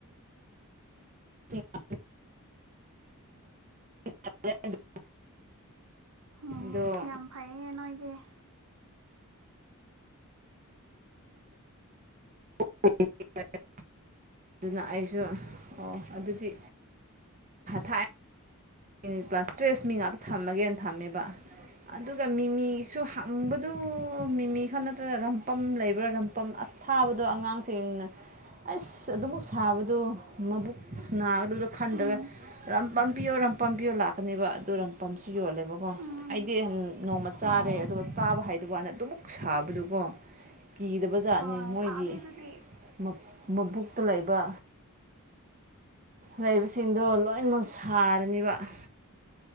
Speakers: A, on the right (about 35°); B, on the right (about 75°).
A: <unintelligible> <unintelligible>
B: ꯑꯣ
A: ꯑꯗꯣ
B: ꯌꯥꯝ ꯐꯩꯌꯦ ꯅꯣꯏꯗꯤ
A: <unintelligible> ꯑꯗꯨꯅ ꯑꯩꯁꯨ ꯑꯣ ꯑꯗꯨꯗꯤ ꯊꯥꯏ ꯀꯂꯤꯅꯤꯠ ꯄ꯭ꯂꯥꯁ ꯇ꯭ꯔꯦꯁ ꯃꯤ ꯉꯥꯛꯇ ꯊꯝꯃꯒꯦꯅ ꯊꯝꯃꯦꯕ ꯫ ꯑꯗꯨꯒ ꯃꯤꯃꯤꯁꯨ ꯍꯪꯕꯗꯨ ꯃꯤꯃꯤ ꯈꯛ ꯅꯠꯇ꯭ꯔꯒ ꯔꯝꯄꯝ ꯂꯩꯕ꯭ꯔꯥ ꯔꯝ ꯄꯝ ꯑꯁꯥꯕꯗꯣ ꯑꯉꯥꯡꯁꯤꯡꯅ ꯑꯁ ꯑꯗꯨꯃꯛ ꯁꯥꯕꯗꯣ ꯃꯕꯨꯛ ꯅꯥꯒꯗꯕꯗꯣ ꯈꯟꯗꯒꯩ
B: ꯎꯝ
A: ꯔꯝꯄꯝꯄꯤꯌꯣ ꯔꯝꯄꯝ ꯄꯤꯌꯣ ꯂꯥꯛꯀꯅꯦꯕ ꯑꯗꯨ ꯔꯝꯄꯝꯁꯨ ꯌꯣꯜꯂꯦꯕꯀꯣ
B: ꯎꯝ
A: ꯫ ꯑꯩꯗꯤ ꯅꯣꯡꯃ ꯆꯥꯔꯦ
B: ꯑꯣ
A: ꯑꯗꯨꯒ ꯆꯥꯕ ꯍꯥꯏꯗꯕ ꯋꯥꯅꯦ ꯑꯗꯨꯃꯛ ꯁꯥꯕꯗꯨꯀꯣ ꯫ ꯀꯤꯗꯕ ꯖꯥꯠꯅꯤ
B: ꯍꯣꯏ
A: ꯃꯣꯏꯒꯤ
B: ꯁꯥꯕꯅꯦ ꯑꯗꯨꯗꯤ
A: ꯫ ꯃꯕꯨꯛꯇ ꯂꯩꯕ ꯂꯩꯕꯁꯤꯡꯗꯣ ꯂꯣꯏ ꯃꯛ ꯁꯥꯔꯅꯤꯕ ꯫